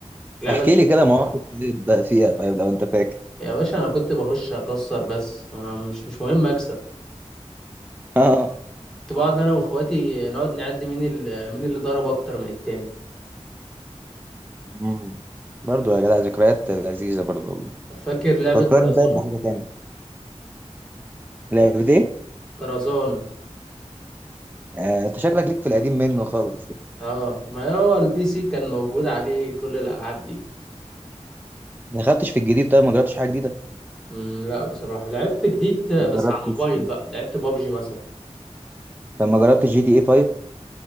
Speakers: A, in the centre; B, on the right (about 15°).
A: اللعبه
B: احكي
A: دي
B: لي كده مواقف إيه بقى فيها طيب لو انت فاكر
A: يا باشا انا كنت بخش اكسر بس آه مش مش مهم اكسب
B: <laughs> اه
A: كنت بقعد انا واخواتي آه، نقعد نعد مين ال- مين اللي ضرب اكتر من التاني
B: مم. برضو يا جدع ذكريات لذيذه برضو والله
A: طب فاكر لعبه
B: فكرني
A: طرزان
B: طيب بحاجه تانية لعبه ايه
A: طرزان
B: آه، انت شكلك ليك في القديم منه خالص
A: اه ما هو البي سي كان موجود عليه كل الالعاب دي
B: ما دخلتش في الجديد طيب ما جربتش حاجه جديده
A: مم، لا بصراحه لعبت جديد بس
B: ما جربتش
A: على الموبايل بقى لعبت بابجي مثلا
B: طب ما جربتش جي تي اي 5